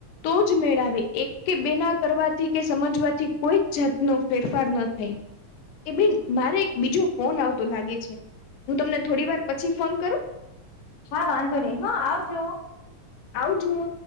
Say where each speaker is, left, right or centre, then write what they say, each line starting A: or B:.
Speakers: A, on the left; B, on the left.
A: તો જ મેળ આવે એક કે બેના કરવાથી કે સમજવાથી કોઈ જ જાતનો ફેરફાર ન થાય. એ બેન મારે એક બીજો ફોન આવતો લાગે છે હું તમને થોડી વાર પછી ફોન કરું
B: હા વાંધો નહી હ આવજો.
A: આવજુઓ